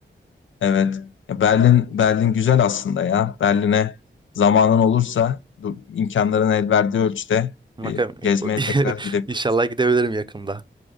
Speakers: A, on the left; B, on the right.
A: Evet. Ya Berlin Berlin güzel aslında ya. Berlin'e zamanın olursa, dur- imkanların el verdiği ölçüde
B: Bakalım
A: bir gezmeye
B: <laughs>
A: tekrar gidebilirsin.
B: inşallah gidebilirim yakında.